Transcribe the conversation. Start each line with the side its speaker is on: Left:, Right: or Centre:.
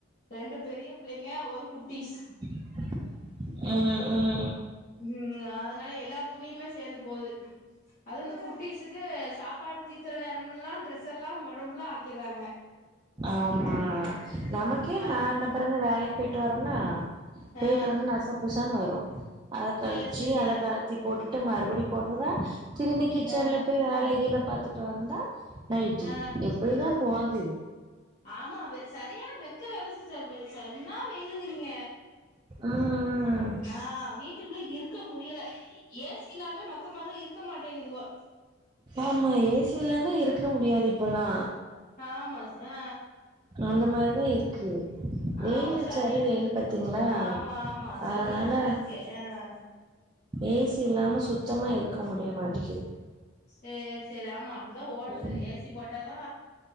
Left: ரெண்டு பெரிய புள்ளைங்க ஒரு குட்டிஸ்
Right: ம் ம்
Left: ம் அதனால எல்லாரு துணியுமே சேந்து போகுது அது இந்த குட்டீஸுக்கு சாப்பாடு தீத்திர நேரமெல்லா ட்ரெஸெல்லா ஒடம்ஃபுல்லா ஆக்கிர்றாங்க
Right: ஆமா நமக்கே
Left: ஆ
Right: நான்னபரந்தா வேலைக் போயிட்டு வர்ன்னா போயிட்டு
Left: ஆ
Right: வந்து நச புசானு வரு அத கழிச்சு
Left: சேர் செரி
Right: அத கலட்டி போட்டுட்டு மறுபடி போட்றதா திரும்பி கிச்சன்ல
Left: ஆ
Right: போய் வேலகீல பாத்துட்டு வந்தா நைட்டி
Left: ஆ
Right: எப்டிதா போது
Left: ஆமா வெ சரியானா வெக்க வேற சிஸ் டர் வே என்னா வெயிலுங்குறீங்க
Right: ம்
Left: ஆ வீட் வீட்டுக்குள்ள இருக்க முடியல ஏ சி இல்லாமே மக்க மாருக இருக்க மாட்டேங்குதுவோ
Right: ஆமா ஏ சியில்லனா இருக்க முடியாது இப்பல்லா
Left: ஆ ஆமா ஆ
Right: அந்த மாரிதா இருக்கு வெயிலு
Left: ஆமா சரியா
Right: செரி வெயிலு பாத்தீங்கன்னா
Left: ஆமா ஆமா
Right: அதனால
Left: சரியான வெக்கு ஆ
Right: ஏ சி இல்லாம சுத்தமா இருக்க முடிய மாட்டேக்கிது
Left: ஏ செரி ஆமா அப்டிதா ஓடுது
Right: ம்
Left: ஏ சி போட்டாதா